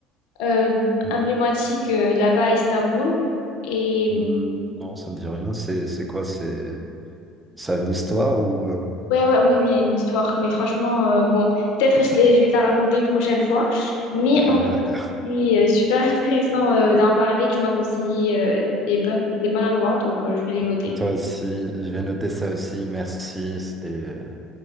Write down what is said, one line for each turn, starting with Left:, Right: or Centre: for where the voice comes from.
Left: euh,
Right: Hmm,
Left: emblématique euh, là-bas à Istanbul. Et
Right: hmm,
Left: euh,
Right: Non, ça me dit rien. C'est c'est quoi? C'est ça a une histoire ou euh,
Left: ouais, ouais, oui, oui, il y a une histoire. Mais franchement, euh, bon, peut-être je, te l'ai- je vais te la raconter une prochaine fois. Mais
Right: ouais.
Left: en tout cas, c'est euh, super <laughs> intéressant euh, d'en parler. Tu m'as conseillé euh, des bonnes, des bons endroits, donc euh, je vais les noter.
Right: Bah, Toi aussi, je vais noter ça aussi. Merci. C'était.